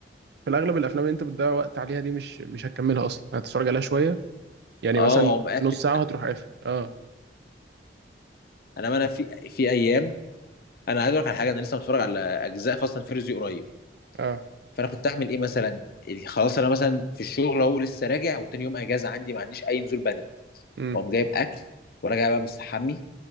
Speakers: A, on the right; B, on the left.
A: في الاغلب الافلام اللي انت بتضيع وقت عليها دي مش مش هتكملها اصلا هتتفرج عليها شويه يعني
B: اه
A: مثلا
B: وهو مقفل
A: نص ساعة وهتروح قافل اه
B: انا ما انا في في ايام انا عايز اقول لك على حاجه انا لسه متفرج على اجزاء فاست اند فيريوس دي قريب
A: اه
B: فانا كنت اعمل ايه مثلا اللي خلاص انا مثلا في الشغل اهو لسه راجع وتاني يوم اجازه عندي ما عنديش اي نزول بدري
A: امم
B: واقوم جايب اكل وراجع بقى مستحمي